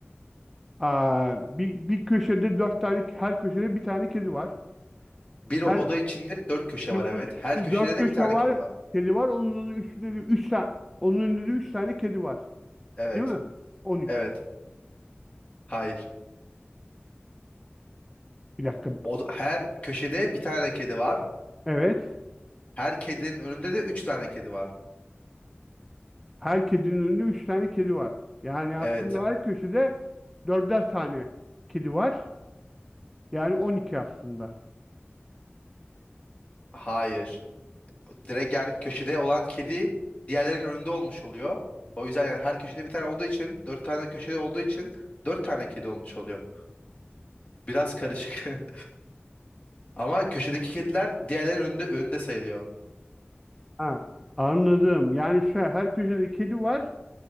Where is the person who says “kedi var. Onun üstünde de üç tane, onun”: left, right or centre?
Centre